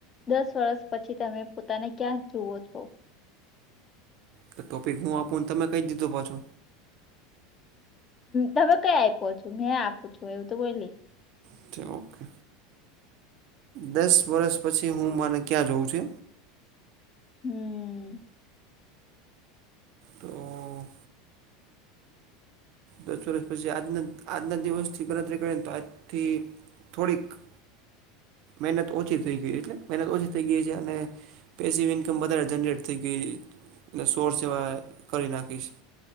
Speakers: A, on the left (about 30°); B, on the right (about 50°).
A: દસ વર્ષ પછી તમે પોતાને ક્યાં જુવો છો?
B: તો ટોપિક હું આપુને તમે કંઈ દીધું પાછુ.
A: તમે કઈ આપ્યો છો મેં આપું છું એવું તો બોલી.
B: ઓકે ઓકે દસ વર્ષ પછી હું મને ક્યાં જઉં છે.
A: હું.
B: તો દસ વર્ષ પછી આજના આજના દિવસથી ગણતરી કરે ને તો આજથી થોડીક મહેનત ઓછી થઈ ગઈ એટલે મહેનત ઓછી થઈ ગઈ છે અને પેસીવ ઇન્કમ વધારે જનરેટ થઈ ગઈ ને સોર્સ એવા કરી નાખીશ.